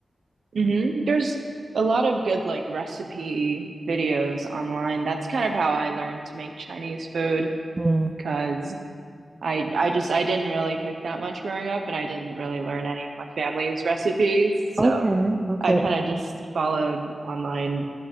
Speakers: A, on the right; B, on the right.
A: hmm There's a lot of good like recipe videos online. That's kind of how I learned to make Chinese food.
B: Mm.
A: because I I just I didn't really cook that much growing up, and I didn't really learn any of my family's recipes, so
B: Okay, okay,
A: I kind
B: okay.
A: of just followed online